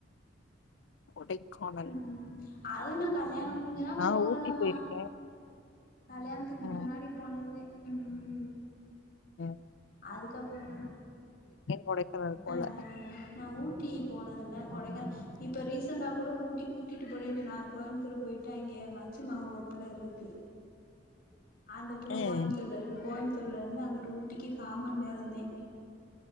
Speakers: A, on the left; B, on the left.
A: கொடைக்கான்
B: உம் அது நா கல்யாண முடிஞ்சலா
A: நா
B: போகல
A: ஊட்டி
B: மா
A: போயிருக்கே
B: கல்யாணத்துக்கு
A: ஆ
B: முன்னாடி போனதே உம்
A: உம்
B: அதுக்கப்புறோ
A: கொடைக்கானல் போல
B: அஹ் நா ஊட்டி போனதில்ல கொடைக்கான இப்ப ரீசெண்டட்டா கூட ஊட்டி கூட்டிட்டு போறேனு சென்னாங் கோய்ம்புத்தூர் போய்ட்டு அங்க மச்சி மக ஒரு புள்ள இருக்கு அந்த புள்ள கோய்ம்த்தூர்ல
A: ம்
B: இருக்கு கோய்ம்த்தூர் தூர்ல இருந்து அங்குட்டு ஊட்டிக்கு காமன்நேரந்தே